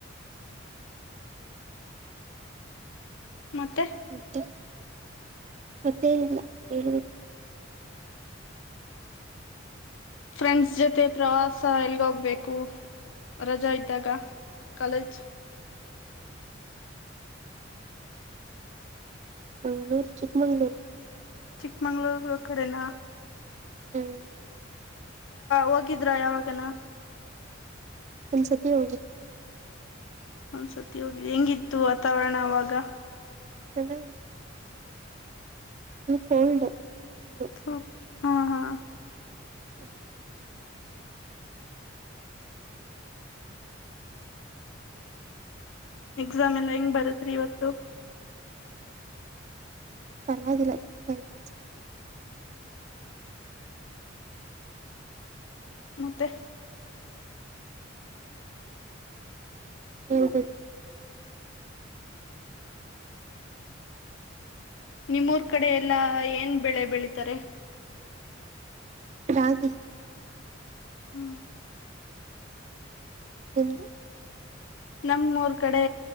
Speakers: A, on the left; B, on the right.
A: ಮತ್ತೆ
B: ಮತ್ತೆ ಮತ್ತೆ ಹೇಳಿ
A: ಫ್ರೆಂಡ್ ಜೊತೆ ಮತ್ತೆ ಪ್ರವಾಸ ಎಲ್ಲಿಹೋಗಬೇಕು ರಜಾ ಇದ್ದಾಗ ಕಾಲೇಜ್
B: ಮಂಗಳೂರು ಚಿಕ್ಕಮಂಗಳೂರು
A: ಚಿಕ್ಕಮಂಗಳೂರು ಕಡೇನ
B: ಹ್ಮ್
A: ಹೋಗಿದ್ರಾ ಯಾವಗಾನ
B: ಒಂದು ಸತಿ ಹೋಗಿದ್ದೆ
A: ಒಂದ್ಸರ್ತಿ ಹೋಗಿದೆ ಹೆಂಗಿತ್ತು ವಾತಾವರಣ ಅವಾಗ
B: ಚೆನ್ನಾಗಿತ್ತು ಇದು ಕೋಲ್ಡ್ ಫುಲ್ಲು
A: ಹು ಹಾ ಹಾ
B: ಅದಕ್ಕೆ
A: ಎಕ್ಸಾಮ್ ಎಲ್ಲಾ ಹೆಂಗ್ ಬರದ್ರಿ ಇವತ್ತು
B: ಪರ್ವಾಗಿಲ್ಲ ಚೆನ್ನಾಗೆ ಆಯ್ತು
A: ಮತ್ತೆ
B: ಹೇಳ್ಬೇಕ
A: ನಿಮ್ಮೂರ್ ಕಡೆ ಎಲ್ಲಾ ಏನ್ ಬೆಳೆ ಬೆಳೀತಾರೆ
B: ರಾಗಿ
A: ಹ್ಮ್
B: ನಿಮ್ದು
A: ನಮ್ಮೂರ್ ಕಡೆ